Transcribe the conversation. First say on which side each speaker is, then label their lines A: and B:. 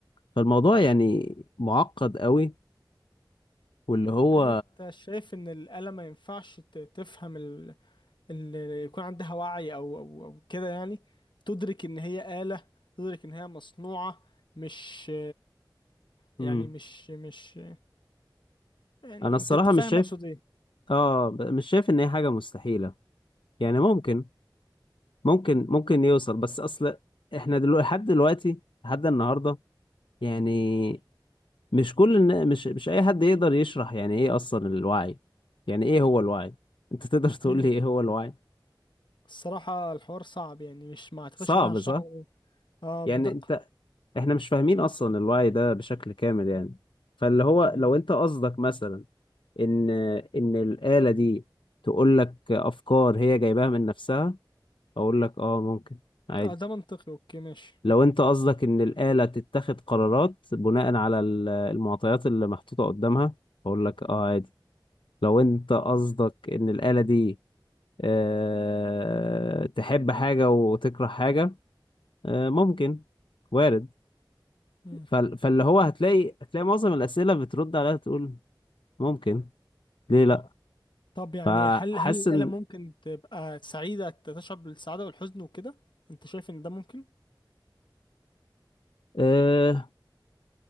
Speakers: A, on the left; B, on the left.
A: فالموضوع يعني معقد قوي واللي هو
B: هل انت شايف ان الآلة ما ينفعش ت- تفهم ال... ال... يكون عندها وعي او او او كده يعني تدرك ان هي آلة تدرك ان هي مصنوعة مش
A: مم.
B: يعني مش مش يعني
A: انا الصراحة
B: انت انت فاهم
A: مش شايف
B: اقصد ايه
A: اه ب- مش شايف ان هي حاجة مستحيلة يعني ممكن ممكن ممكن يوصل بس اصل احنا دلوقتي لحد دلوقتي لحد النهاردة يعني مش كل النا- مش مش اي حد يقدر يشرح يعني ايه اصلا الوعي يعني ايه هو الوعي انت تقدر <laughs> تقول
B: مم.
A: لي ايه هو الوعي
B: الصراحة الحوار صعب يعني مش ما اعتقدش
A: صعب
B: ان انا هشرحه
A: صح
B: اه
A: يعني
B: بدقة
A: انت احنا مش فاهمين اصلا الوعي ده بشكل كامل يعني فاللي هو
B: مم.
A: لو انت قصدك مثلا ان ان الآلة دي تقول لك افكار هي جايباها من نفسها اقول لك اه ممكن عادي
B: اه ده منطقي اوكي ماشي
A: لو انت قصدك ان الآلة تتخذ قرارات بناء على ال- المعطيات اللي محطوطة قدامها اقول لك اه عادي لو انت قصدك ان الآلة دي أه تحب حاجة وتكره حاجة أه ممكن وارد
B: مم.
A: فال- فاللي هو هتلاقي هتلاقي معظم الأسئلة بترد عليها تقول ممكن ليه لا
B: طب يعني
A: فحاسس
B: هل هل الآلة
A: ان
B: ممكن تبقى سعيدة تشعر بالسعادة والحزن وكده انت شايف ان ده ممكن
A: أه